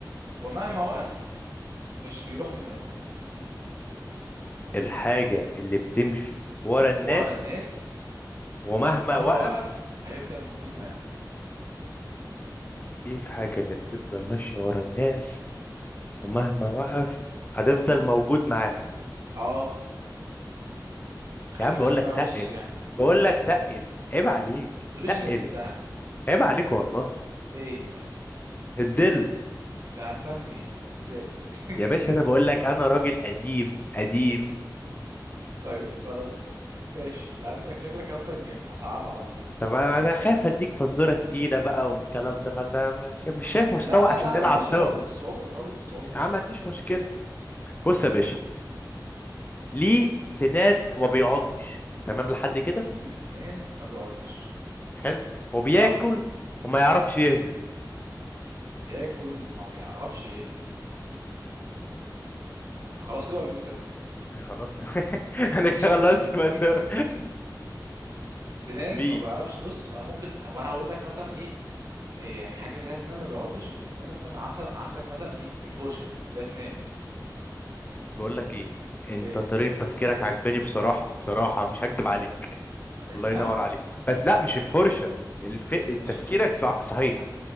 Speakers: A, on the right; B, on the left.
A: ومهما وقف مش بيروح منهم
B: الحاجة اللي بتمشي ورا الناس
A: ورا الناس
B: ومهما
A: ومهما
B: وقف
A: وقف هيفضل موجود معاهم
B: ايه الحاجة اللي بتفضل ماشية ورا الناس ومهما وقف هتفضل موجود معاهم
A: اه خلي
B: يا عم بقول
A: بالك
B: لك
A: بقى
B: تقل
A: بص يعني
B: بقول لك تقل عيب عليك
A: ما تقوليش
B: تقل
A: انك جبتها
B: عيب عليك والله
A: ايه طيب
B: الدل
A: انت عرفتها منين ازاي <laughs>
B: يا باشا انا بقول لك انا راجل قديم قديم
A: طيب خلاص ماشي لا انت شكلك اصلا جامد هصعبها بعد كده
B: طب انا أنا خايف اديك فزوره تقيله بقى والكلام ده فانا مش مش شايف مستوى
A: لا لا
B: عشان
A: لا
B: نلعب
A: لا يا باشا
B: سوا
A: زود في الصعوبه زود في الصعوبه
B: يا عم ما عنديش مشكله بص يا باشا ليه سنان وما بيعضش تمام لحد كده
A: ليه سنان ما بيعضش
B: حلو وبياكل
A: اه
B: وما يعرفش يهضم
A: بياكل ما بيعرفش يهضم كده خلاص كده ولا لسه
B: آه، خلاص <laughs> انا كده
A: <laughs>
B: خلصت المسيره
A: سنان
B: <laughs> ليه
A: ما بيعرفش بص انا ممكن طب انا هقول لك مثلا ايه إيه يعني حاجه ليها اسنان ما بيعضش انت ممكن عسل عندك مثلا ايه الفرشه ليها اسنان
B: بقول لك ايه انت
A: ايه
B: طريقه تفكيرك عجباني بصراحه بصراحه مش هكدب
A: بجد
B: عليك
A: بقى جبتها
B: الله ينور عليك بس لا مش الفرشه الف...
A: ماشي
B: تفكيرك صح... صحيح